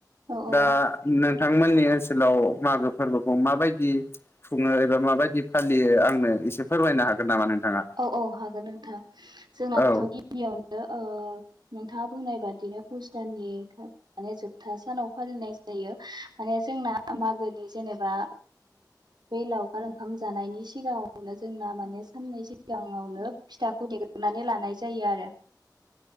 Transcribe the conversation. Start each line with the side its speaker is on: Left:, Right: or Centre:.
Right: औ
Left: दा
Right: औ
Left: नोंथांमोननि ओनसोलाव मागो फोरबोखौ माबायदि खुङो एबा माबायदि फालियो आंनो एसे फोरमायनो हागोन नामा नोंथाङा।
Right: औ-औ हागोन नोंथां जोंनाथ'
Left: औ
Right: गिबियावनो नोंथाङा बुंनाय बादिनो पुस दाननि माने जोबथा सानाव फालिनाय जायो माने जोंना मागोनि जेनेबा बे लावखार ओंखाम जानायनि सिगाङावनो जोंना माने बे साननै सिगाङावनो फिथाखौ देग्रोनानै लानाय जायो आरो